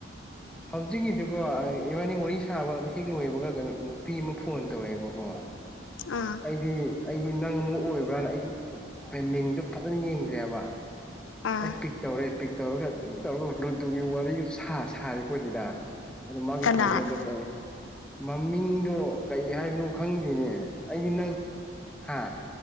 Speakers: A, in the centre; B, on the left.
A: ꯍꯧꯖꯤꯛꯒꯤꯗꯤ ꯀꯣ
B: ꯍꯣꯔꯦꯟ
A: ꯏꯕꯅꯤ ꯋꯥꯔꯤꯁ ꯊꯥꯕ ꯍꯦꯛ ꯂꯣꯏꯕꯒ ꯀꯩꯅꯣ ꯅꯨꯄꯤ ꯑꯃ ꯐꯣꯟ ꯇꯧꯔꯛꯑꯦꯕꯀꯣ
B: ꯑꯥ
A: ꯑꯩꯗꯤ ꯑꯩꯗꯤ ꯅꯪ ꯑꯃꯨꯛ ꯑꯣꯏꯕ꯭ꯔꯅ ꯑꯩꯗꯤ ꯃꯤꯡꯗꯣ ꯐꯖꯅ ꯌꯦꯡꯗꯦ ꯍꯥꯢꯕ
B: ꯑꯥ
A: ꯑꯩ ꯄꯤꯛ ꯇꯧꯔꯦ ꯄꯤꯛ ꯇꯧꯔꯒ ꯑꯗꯨꯝ ꯇꯧꯔꯒ ꯂꯨꯗꯨꯒꯤ ꯋꯥꯔꯤꯒ ꯁꯥꯁꯥꯔꯤꯄꯣꯅꯤꯗ ꯑꯗ ꯃꯥꯒꯤ
B: ꯀꯅꯥꯅꯣ
A: ꯈꯣꯟꯖꯦꯜꯗꯣ ꯀꯩ ꯃꯃꯤꯡꯗꯣ ꯀꯩ ꯍꯥꯏꯕꯅꯣ ꯈꯪꯗꯤꯅꯦ ꯑꯩꯗꯤ ꯅꯪ ꯍꯥ